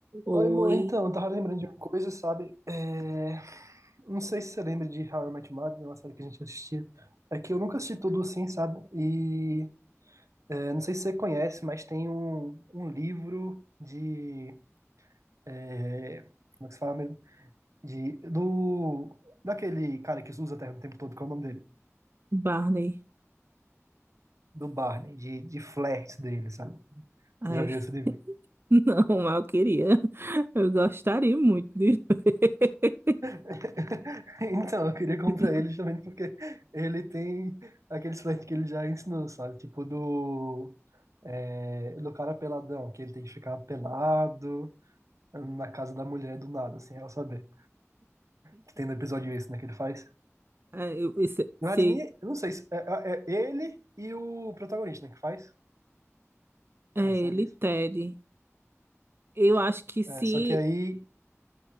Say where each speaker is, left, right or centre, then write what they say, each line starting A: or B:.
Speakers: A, on the right; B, on the right.
A: Oi,
B: Oi, amor, então, eu tava lembrando de uma coisa, sabe? É, Não sei se você lembra de How I Met Your Mother, né, uma série que a gente assistia. É que eu nunca assisti tudo assim, sabe? E é, não sei se você conhece, mas tem um, um livro de. é, Como é que se fala mesmo? De, do, daquele cara que usa a terra o tempo todo, que é o nome dele?
A: Barney.
B: Do Barney, de, de flertes dele, sabe?
A: Ai,
B: Você já viu esse livro?
A: <laughs> não, mas eu queria. Eu gostaria muito de ver.
B: <laughs> Então, eu queria comprar
A: <laughs>
B: ele justamente porque ele tem aqueles flertes que ele já ensinou, sabe? Tipo do, é, do cara peladão, que ele tem que ficar pelado na casa da mulher do nada, sem ela saber. Que tem no episódio isso, né? Que ele faz.
A: É, eu- se,
B: Na
A: se-
B: verdade, nem, eu não sei se é, é- é ele e o protagonista, né? Que faz
A: é
B: na série
A: ele,
B: isso.
A: Ted. Eu acho que se.
B: É, só que aí.